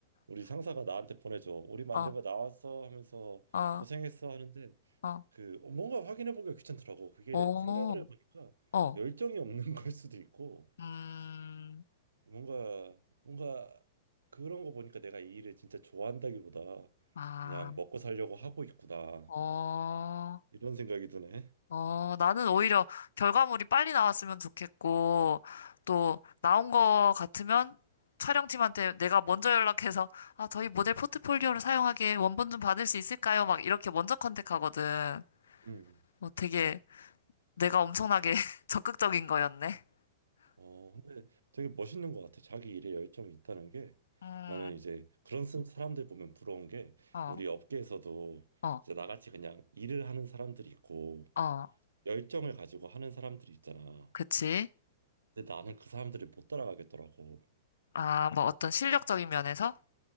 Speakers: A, on the right (about 75°); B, on the left (about 65°).
A: 우리 상사가 나한테 보내줘. 우리 만대가
B: 어,
A: 나왔어 하면서
B: 어,
A: 고생했어 하는데
B: 어,
A: 그 뭔가 확인해 보기가 귀찮더라고. 그게
B: 오,
A: 생각을 해보니까
B: 어.
A: 열정이 없는 <laughs> 걸 수도 있고
B: 음,
A: 뭔가 뭔가 그런 거 보니까 내가 이 일을 진짜 좋아한다기보다
B: 아,
A: 그냥 먹고 살려고 하고 있구나
B: 어,
A: 이런 생각이 드네.
B: 어, 나는 오히려 결과물이 빨리 나왔으면 좋겠고, 또, 나온 거 같으면 촬영팀한테 내가 먼저 연락해서, 아, 저희 모델 포트폴리오를 사용하기에 원본 좀 받을 수 있을까요? 막 이렇게 먼저 컨택하거든.
A: 음.
B: 뭐 되게 내가 엄청나게 <laughs> 적극적인 거였네.
A: 어, 근데 되게 멋있는 것 같아. 자기 일에 열정이 있다는 게
B: 음,
A: 나는 이제 그런 스- 사람들 보면 부러운 게
B: 어,
A: 우리 업계에서도
B: 어,
A: 이제 나같이 그냥 일을 하는 사람들이 있고
B: 어,
A: 열정을 가지고 하는 사람들이 있잖아.
B: 그치.
A: 근데 나는 그 사람들을 못 따라가겠더라고.
B: 아, 뭐 어떤 실력적인 면에서?